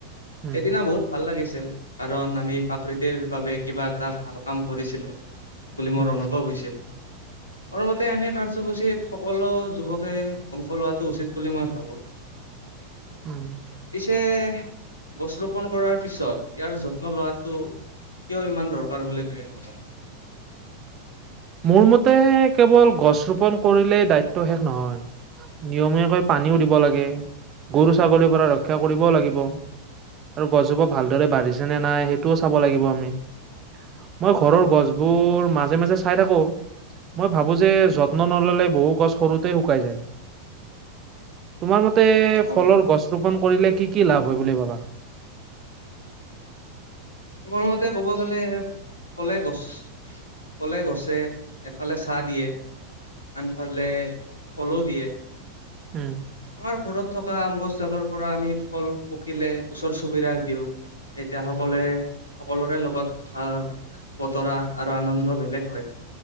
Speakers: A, on the right; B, on the left.
A: উম,
B: সেই দিনা বহুত ভাল লাগিছিল কাৰণ আমি প্ৰাকৃতিৰ বাবে কিবা এটা ভাল কাম কৰিছিলো বুলি
A: উম,
B: মোৰ অনুভৱ হৈছিল
A: <inaudible>
B: মোৰমতে এনে কাৰ্যসূচীত সকলো যুৱকে অংশ লোৱাটো উচিত বুলি মই ভাবো
A: উম।
B: পিছে গছ ৰোপন কৰাৰ পিছত ইয়াৰ যত্ন লোৱাটো কিয় ইমান দৰকাৰ বুলি তুমি ভাবা
A: মোৰ মতে কেৱল গছ ৰোপন কৰিলেই দায়িত্ব শেষ নহয় নিয়মীয়াকৈ পানীও দিব লাগে গৰু ছাগলীৰ পৰা ৰক্ষা কৰিবও লাগিব আৰু গছজোপা ভালদৰে বাঢ়িছে নে নাই সেইটোও চাব লাগিব আমি মই ঘৰৰ
B: অ
A: গছবোৰ মাজে মাজে চাই থাকো মই ভাবো যে যত্ন নললে বহু গছ সৰুতে শুকাই যায় তোমাৰ মতে
B: অ
A: ফলৰ গছ ৰোপন কৰিলে কি কি লাভ হয় বুলি ভাবা
B: মোৰ মতে ক'ব গ'লে কলে গছ কলে গছে এফালে চাহ দিয়ে আনফালে ফলো দিয়ে
A: উম,
B: আমাৰ ঘৰত থকা আম গছ ডালৰ পৰা আমি ফল পকিলে ওচৰ চুবুৰীয়াক দিও এতিয়া সকলোৱে সকলোৰে লগত ভাগ বতৰা আৰু আনন্দ বেলেগ হয়